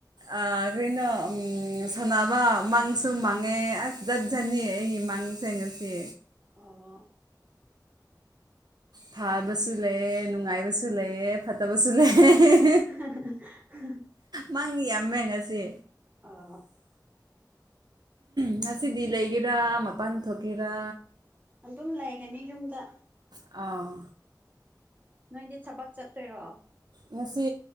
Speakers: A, on the right; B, on the right.
A: ꯑꯥ ꯀꯔꯤꯅꯣ ꯁꯥꯟꯅꯕ ꯃꯪꯁꯨ ꯃꯥꯡꯉꯦ ꯑꯁ ꯖꯠ ꯖꯠꯅꯤ ꯑꯩ ꯏꯃꯥꯡ ꯊꯦꯡꯉꯁꯤ
B: ꯑꯣ
A: ꯐꯥꯕꯁꯨ ꯂꯩꯑ ꯅꯨꯡꯉꯥꯏꯕꯁꯨ ꯂꯩꯑ ꯐꯠꯇꯕꯁꯨ ꯂꯩꯑ
B: <inaudible>
A: ꯃꯥꯡ ꯌꯥꯝꯃꯦ ꯉꯁꯤ
B: ꯑꯥ
A: ꯉꯁꯤꯗꯤ ꯂꯩꯒꯦꯔꯥ ꯃꯄꯥꯟ ꯊꯣꯛꯀꯦꯔꯥ
B: ꯑꯗꯨꯝ ꯂꯩꯒꯅꯤ ꯌꯨꯝꯗ
A: ꯑꯥ
B: ꯅꯣꯏꯗꯤ ꯊꯕꯛ ꯆꯠꯇꯣꯏꯔꯣ
A: ꯉꯁꯤ